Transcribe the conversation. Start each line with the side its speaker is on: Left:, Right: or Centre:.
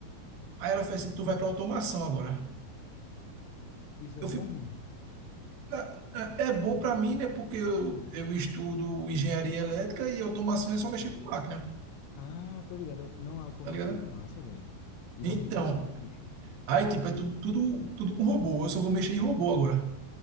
Right: Aí ela fez assim, tu vai pra automação agora.
Left: Isso é
Right: Eu
Left: bom
Right: fui
Left: ou ruim?
Right: Na- É é bom para mim, né? Porque eu, eu estudo engenharia elétrica e automação é só mexer com máquina,
Left: Ah, tô ligado. Não, a automação
Right: tá ligado?
Left: é massa, velho. E
Right: Então,
Left: dá muito dinheiro, bicho.
Right: aí, tipo, é tudo, tudo, tudo com robô. Eu só vou mexer em robô agora.